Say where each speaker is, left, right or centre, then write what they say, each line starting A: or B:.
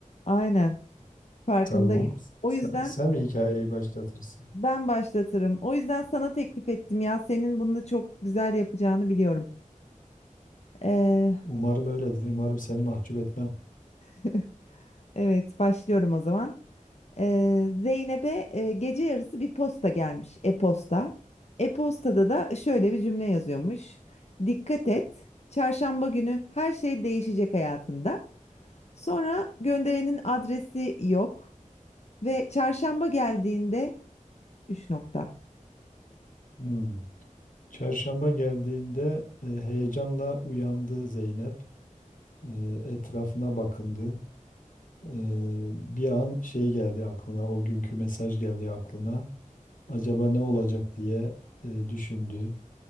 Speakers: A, on the left; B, on the left.
A: Aynen farkındayım.
B: Tamam.
A: O
B: Sen,
A: yüzden
B: sen mi hikayeyi başlatırsın?
A: Ben başlatırım. O yüzden sana teklif ettim ya. Senin bunu da çok güzel yapacağını biliyorum. Ee,
B: Umarım öyledir. Umarım seni mahcup etmem.
A: <laughs> evet, başlıyorum o zaman. Ee, Zeynep'e e, gece yarısı bir posta gelmiş. E-posta. E-postada da şöyle bir cümle yazıyormuş. Dikkat et. Çarşamba günü her şey değişecek hayatında. Sonra gönderenin adresi yok ve çarşamba geldiğinde Üç nokta.
B: Hmm. Çarşamba geldiğinde e, heyecanla uyandı Zeynep. E, etrafına bakındı. E, bir an şey geldi aklına, o günkü mesaj geldi aklına. Acaba ne olacak diye e, düşündü.